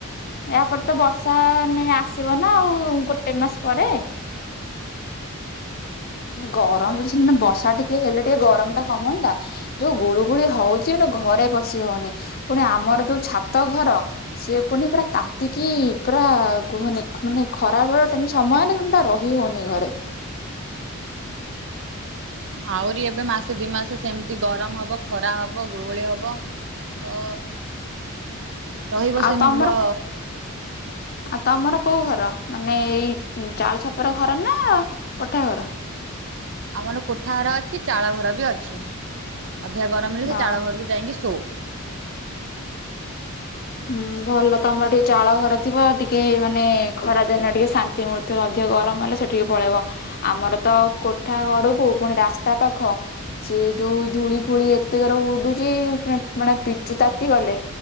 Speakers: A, on the left; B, on the right.
A: ୟା ପରେ ତ ବର୍ଷା ନେ, ଆସିବ ନା ଆଉ ଗୋଟେ ମାସ ପରେ, ଗରମ ଅଛି, ବର୍ଷା ଟିକେ ହେଲେ ଟିକେ ଗରମ ଟା କମନ୍ତା। ଯୋଉ ଗୁଳୁ, ଗୁଳି ହଉଛି ଘରେ ପଶି ହଉନି। ପୁଣି ଆମର ଯୋଉ ଛାତ ଘର, ସିଏ ପୁଣି ପୁରା ତାତିକି ପୁରା, କୁହନି ମାନେ ଖରା ବେଳ କେ ସମୟ, ରହି ହଉନି ଘରେ।
B: ଆହୁରି ଏବେ ମାସେ, ଦି ମାସେ ସେମିତି ଗରମ ହବ ଖରା ହବ, ଗୁଳୁଗୁଳି ହବ। ଅ ରହିବ
A: ଆଉ
B: ସେମି
A: ତମର
B: ବ
A: ଆଉ ତମର କୋଉ ଘର ମାନେ ଏଇ ଚାଳ ଛପର ଘର ନା କୋଠା ଘର?
B: ଆମର କୋଠା ଘର ଅଛି ଚାଳଘର ବି ଅଛି। ଅଧିକା ଗରମ ହେଲେ, ସେ
A: ଅ
B: ଚାଳ ଘରକୁ ଯାଇକି ଶୋଉ।
A: ହୁଁ, ଭଲ ତମର ଟିକେ ଚାଳ ଘର ଥିବ। ଟିକେ ମାନେ ଖରାଦିନେ ଟିକେ ଶାନ୍ତି ମିଳୁଥିବ, ଅଧିକ ଗରମ ହେଲେ। ସେଠିକି ପଳେଇବ। ଆମର ତ କୋଠା ଘରକୁ ପୁଣି ରାସ୍ତା ପାଖ ସିଏ। ଯୋଉ ଧୂଳି ଫୁଳି ଏତେ ଜୋର ଉଡୁଛି, ଫୁଣି ପୁଣି ମାନେ ପିଚୁ ତାତି ଗଲେ,